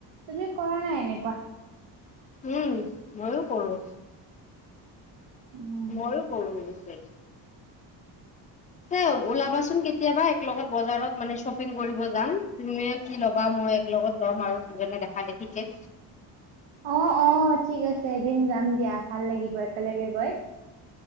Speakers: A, on the right; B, on the left.
A: তুমি কৰা নাই এনেকুৱা।
B: উম, ময়ো কৰোঁ।
A: <unintelligible>
B: ময়ো কৰোঁ পিছে। এ, ওলাবাচোন কেতিয়াবা একলগত বজাৰত মানে চপ <unintelligible> কৰিব যাম, তুমিও কি ল'বা মই এক লগত লম আৰু দুজনে দেখা দেখিকে।
A: অ', অ', ঠিক আছে এদিন যাম দিয়া ভাল লাগিব একেলগে গৈ।